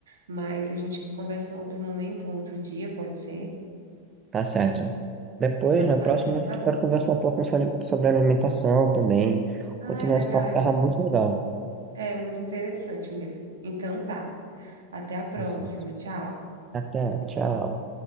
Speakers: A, on the right; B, on the right.
A: Mas a gente conversa um outro momento, um outro dia, pode ser?
B: Tá certo. Depois, na
A: Ah,
B: próxima,
A: então
B: a gente
A: tá bom.
B: pode conversar um pouco sobre sobre alimentação também.
A: Ah,
B: Continuar
A: é verdade.
B: esse papo, tava muito legal.
A: É muito interessante mesmo. Então tá. Até a próxima.
B: Tá certo.
A: Tchau.
B: Até, tchau.